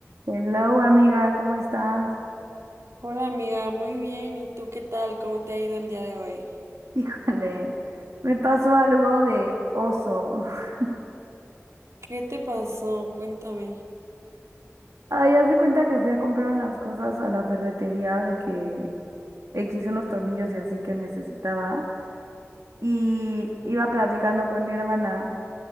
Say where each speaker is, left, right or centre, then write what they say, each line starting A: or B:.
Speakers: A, on the right; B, on the right.
A: Hello, amiga, ¿cómo estás?
B: Hola amiga, muy bien. ¿Y tú qué tal? ¿Cómo te ha ido el día de hoy?
A: <laughs> Híjole, me pasó algo de oso. <laughs>
B: ¿Qué te pasó? Cuéntame.
A: Ay, haz de cuenta que fui a comprar unas cosas a la ferretería de que X unos tornillos y así que necesitaba. Y iba platicando con mi hermana